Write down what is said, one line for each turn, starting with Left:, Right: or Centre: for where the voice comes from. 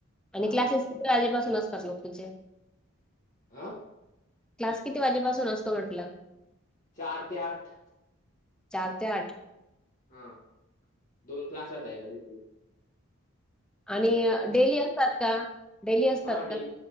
Centre: आणि
Left: हां
Centre: क्लासेस कि आधीपासून असतात मग तीचे.
Left: आं?
Centre: क्लास किती वाजेपासून असतो म्हटलं?
Left: चार ते आठ
Centre: चार ते आठ.
Left: हा दोन फ्लाचात आहे का तिथे?
Centre: आणि डेली असतात का? डेली असतात
Left: हा डे
Centre: का?